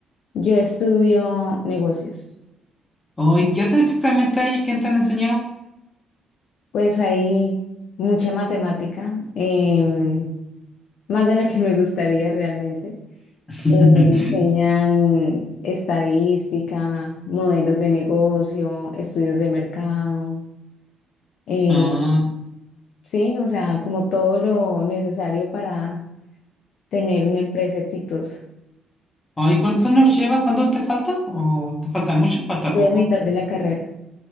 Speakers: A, on the left; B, on the left.
A: Yo estudio negocios.
B: Oh, ¿y qué haces exactamente ahí? ¿Qué te han enseñado?
A: Pues hay mucha matemática, em, más de la que me gustaría realmente.
B: <laughs>
A: Eh, enseñan estadística, modelos de negocio, estudios de mercado. eh,
B: Ah,
A: sí, o sea, como todo lo necesario para tener una empresa exitosa.
B: ay, ¿cuánto nos llevas? ¿Cuánto te falta? ¿O te falta mucho? ¿Falta
A: Voy
B: poco?
A: a mitad de la carrera.